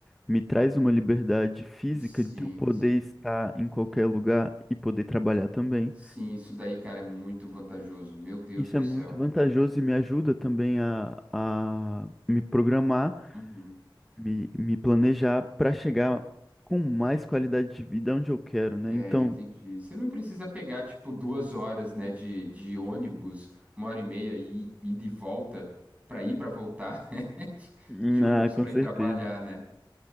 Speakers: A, in the centre; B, on the right (about 15°).
A: me traz uma liberdade física
B: Sim,
A: de eu poder
B: sim.
A: estar em qualquer lugar e poder trabalhar também.
B: Sim, isso daí, cara, é muito vantajoso. Meu Deus
A: Isso
B: do
A: é
B: céu.
A: muito vantajoso e me ajuda também a, a me programar,
B: Uhum.
A: me, me planejar para chegar com mais qualidade de vida onde eu quero, né?
B: É,
A: Então,
B: entendi. Você não precisa pegar, tipo, duas horas, né, de, de ônibus, uma hora e meia e ir de volta pra ir pra voltar, <laughs> né?
A: hum,
B: De ônibus
A: ah, com
B: pra
A: certeza.
B: ir trabalhar, né?